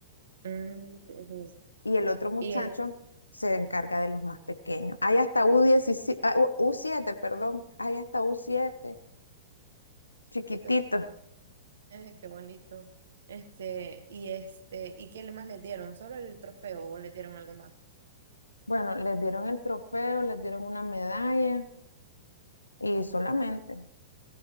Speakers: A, on the right; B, on the left.
A: Mm, ujú.
B: Y el otro muchacho
A: Y Eh,
B: se encarga de los más pequeños. Hay hasta U17, ah, U- U7, perdón. Hay hasta u siete, chiquititos.
A: este, eh, qué bonito. Este, y este, ¿y qué más les dieron? ¿Solo el trofeo o les dieron algo más?
B: Bueno, les dieron el trofeo, les dieron una medalla y solamente.